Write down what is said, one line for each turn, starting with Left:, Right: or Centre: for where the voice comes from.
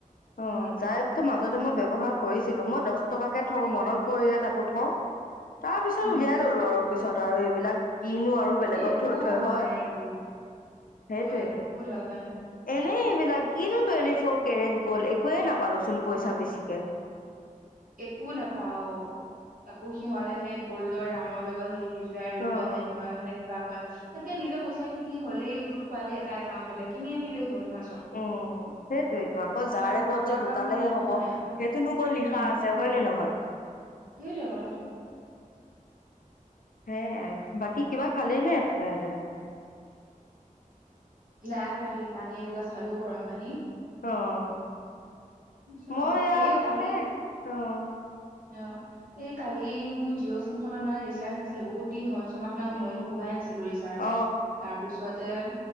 Left: অ'
Right: উম
Left: যাৰএপটো মাজত ব্যৱহাৰ কৰিছিলো মই দহ টকাকে থওঁ মনত পৰিলে তাকো থওঁ তাৰ পিছত
Right: উম,
Left: উলিয়াই ললো আৰু পিছত আৰু এইবিলাক কিনো আৰু বেলেগত
Right: এই একো
Left: থৈ থৈ
Right: কাম
Left: হয়
Right: নাই একো
Left: সেইটোয়েইটো
Right: হয় একো দৰকাৰ নাই
Left: এনেই এইবিলাক কিনো টুৱেণ্টি ফ'ৰ কেৰেট গ'ল একোৱে নাপালোচোন পইচা বেছিকে
Right: একো নাপাও তাকো সিহঁতে সে গ'ল্ডৰ দামৰ লগত হেৰি যাই ৰি
Left: অ
Right: যোৱা সেনেকুৱা সে কিবা কয় তাতকে নিজে পইচাখিনি হলেই গোট খোৱালে এটা একাউণ্টতে কিনি আনিলেই হ'ল মানে
Left: উম সেইটোয়েটো আকৌ যাৰে
Right: ফটোৱা
Left: পথ যে গোটালেহে
Right: কাম কৰি থাকিব
Left: হব
Right: নাই
Left: সেইটোনো
Right: আৰু
Left: কত লিখা
Right: উম
Left: আছে হয় নে নহয়
Right: সেইটোৱে কথাটো
Left: এ বাকী কিবা খালি নে তেহতে
Right: নাই খোৱো দেই পানী এগিলাছ খালো গৰম পানী
Left: অ'
Right: তাৰপিছত
Left: মই
Right: এই
Left: অ'
Right: কালি
Left: হে অ'
Right: অ' এই কালি মোৰ জিঅ' চিম খত মানে ৰিচাৰ্জ নাছিলে বহুত দিন হ'ল ছমাহ মান
Left: উম
Right: হ'ল ভহুৱাই নাছিলো ৰিচাৰ্জ
Left: অ
Right: তাৰ পিছত'-